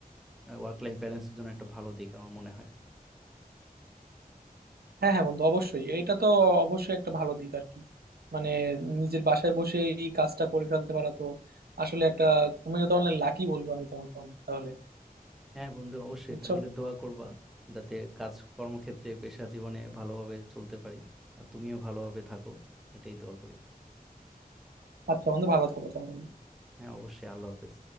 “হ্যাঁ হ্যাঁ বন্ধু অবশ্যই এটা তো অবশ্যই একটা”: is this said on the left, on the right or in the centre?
Right